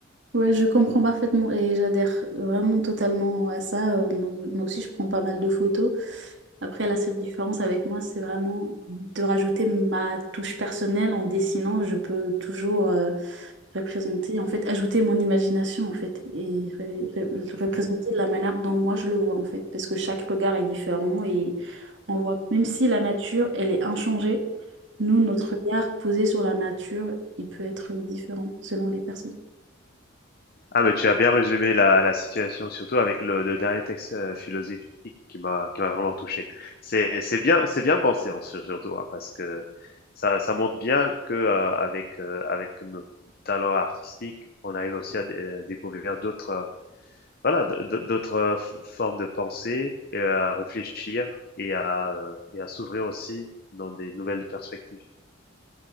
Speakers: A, on the right; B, on the left.
A: Ouais, je comprends parfaitement et j'adhère vraiment totalement à ça. Euh, moi, moi aussi, je prends pas mal de photos. Après, la seule différence avec moi, c'est vraiment de rajouter ma touche personnelle en dessinant. Je peux toujours euh, représenter, en fait, ajouter mon imagination, en fait, et re- re- le représenter
B: Mmh
A: de la manière dont moi je le vois, en fait, parce que chaque regard est différent et on voit, même si la nature, elle est inchangée, nous, notre regard posé sur la nature, il peut être différent selon les personnes.
B: Ah, mais tu as bien résumé la, la situation, surtout avec le, le dernier texte euh, philosophique qui m'a qui m'a vraiment touché. C'est c'est bien c'est bien pensé en sur- surtout hein, parce que ça ça montre bien que euh, avec euh, avec nos talents artistiques, on arrive aussi à dé- euh, découvrir d'autres euh, voilà d- d- d'autres euh, f- formes de pensée et à réfléchir et à euh, et à s'ouvrir aussi dans des nouvelles perspectives.